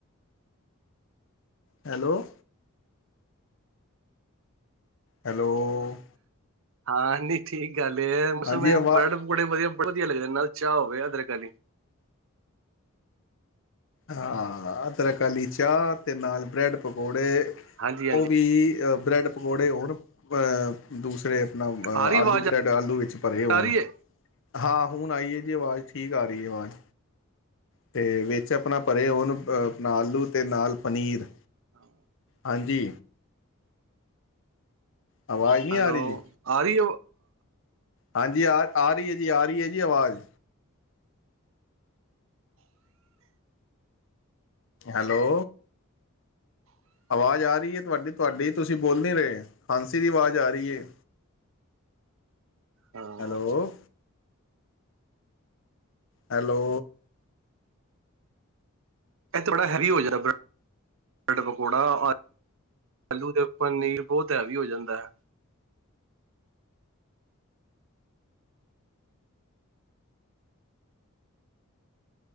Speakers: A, on the left; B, on the right.
A: ਹੈਲੋ। ਹੈਲੋ
B: ਹਾਂ ਨ ਠੀਕ ਗੱਲ ਐ ਮੋਸਮ
A: ਹਾਂਜੀ
B: ਐ
A: ਆਵਾ
B: ਬਰੈਡ ਬੜੇ ਵਧੀਆ ਬੜਾ ਵਧੀਆ ਲਗ ਨਾਲ ਚਾਹ ਹੋਵੇ ਅਦਰਕਾ
A: ਹਾਂ, ਅਦਰਕ ਆਲੀ ਚਾਹ ਅਤੇ ਨਾਲ ਬਰੈਡ ਪਕੌੜੇ
B: ਹਾਂਜੀ ਹਾਂਜੀ
A: ਉਹ ਵੀ ਅ ਬ੍ਰੈਡ ਪਕੌੜੇ ਹੋਣ ਅਹ ਦੂਸਰੇ ਆਪ
B: ਆ ਰਹੀ
A: ਆਲੂ
B: ਆਵਾਜ਼
A: ਬ੍ਰੈਡ ਆਲੂ ਵਿੱਚ ਭਰੇ ਹੋਣ
B: ਆ ਰਹੀ ਹੈ
A: ਹਾਂ ਹੁਣ ਆਈ ਏ ਜੀ ਆਵਾਜ਼ ਠੀਕ ਆ ਰਹੀ ਹੈ ਆਵਾਾਂਜ਼ ਅਤੇ ਵਿੱਚ ਆਪਣਾ ਪਰੇ ਹੋਣ ਆਪਣਾ ਆਲੂ ਅਤੇ ਨਾਲ ਪਨੀਰ
B: ਹਾਂ
A: ਹਾਂਜੀ ਆਵਾਜ਼ ਨਹੀਂ
B: ਹੈਲੋ,
A: ਆ ਰਹੀ ਜੀ
B: ਆਰੀ
A: ਹਾਂਜੀ ਆ ਆ ਰਹੀ ਹੈ ਜੀ ਆ ਰਹੀ ਹੈ ਜੀ ਆਵਾਜ਼ ਹੈਲੋ। ਆਵਾਜ਼ ਆ ਰਹੀ ਹੈ ਤੁਹਾਡੀ ਤੁਹਾਡੀ ਤੁਸੀਂ ਬੋਲ ਨਹੀਂ ਰਹੇ, ਖਾਂਸੀ ਦੀ ਆਵਾਜ਼ ਆ ਰਹੀ ਹੈ।
B: ਹਾਂ
A: ਹੈਲੋ ਹੈਲੋ
B: ਇਹ ਤੇ ਬੜਾ ਹੈਵੀ ਹੋ ਜਾਏਗਾ, ਬ੍ਰੈਡ ਪਕੌੜਾ ਆਲੂ ਦੇ ਉੱਪਰ ਨੀਰ ਬਹੁਤ ਹੈਵੀ ਹੋ ਜਾਂਦਾ ਹੈ